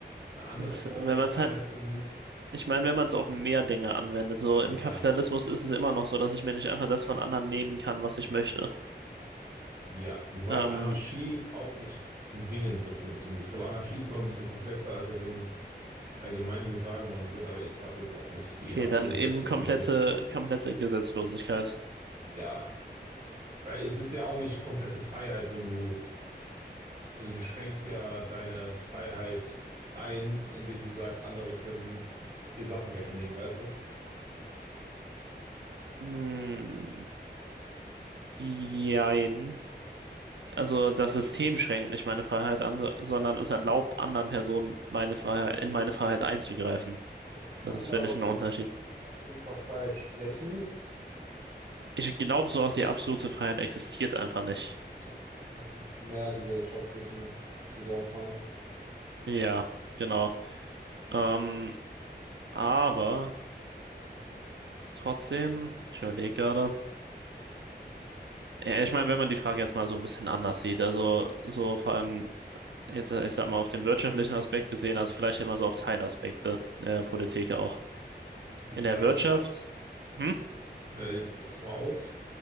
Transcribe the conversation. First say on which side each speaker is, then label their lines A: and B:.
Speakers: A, on the right; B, on the right.
A: eine andere
B: das,
A: Form
B: wenn
A: der
B: man
A: Freiheit
B: es halt,
A: genießt.
B: ich meine, wenn man es auf mehr Dinge anwendet, so
A: Ja,
B: im Kapitalismus ist es immer noch so, dass ich mir nicht einfach das von anderen nehmen kann, was ich möchte.
A: ja. Wobei
B: Ähm,
A: Anarchie auch nicht zwingend so funktioniert. Ich glaube, Anarchie ist immer ein bisschen komplexer, als das im Allgemeinbild wahrgenommen wird, aber ich habe jetzt auch nicht die
B: Okay,
A: absolute
B: dann eben
A: Expertise.
B: komplette, komplette Gesetzlosigkeit.
A: Ja, weil es ist ja auch nicht komplette Freiheit, wenn du, also du schränkst ja deine Freiheit ein, indem du sagst, andere können dir Sachen wegnehmen, weißt du?
B: Hm, jein. Also das System schränkt nicht meine Freiheit an, sondern es erlaubt anderen Personen meine Freiheit, in meine Freiheit einzugreifen.
A: Ja, kann
B: Das
A: man
B: ist,
A: da
B: finde
A: aber
B: ich,
A: von
B: ein Unterschied.
A: absoluter Freiheit sprechen,
B: Ich glaube, so sowas die absolute Freiheit existiert einfach nicht.
A: zumindest nicht in einem mehrgesellschaftlichen Zusammenhang.
B: Ja, genau. Ähm, aber trotzdem, ich überlege gerade. Ja, ich meine, wenn man die Frage jetzt mal so ein bisschen anders sieht, also so vor allem. jetzt, äh, ich sag mal, auf den wirtschaftlichen Aspekt gesehen, also vielleicht immer so auf Teilaspekte der Politik auch.
A: Wie
B: In der
A: weiß?
B: Wirtschaft, hm?
A: Ja, ich führe das mal aus.